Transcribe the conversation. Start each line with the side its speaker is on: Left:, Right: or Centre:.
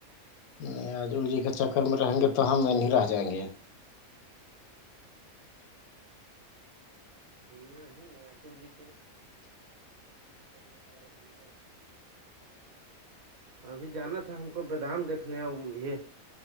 Left: نہیں عجل جی کے چکر میں رہیں گے تو ہم نہیں رہ جائیں گے
Right: نہیں نیادل جی کے سفر میں کیا رہی گا ہ ابھی جانا تھا ہم کو بادام دیکھنے یہ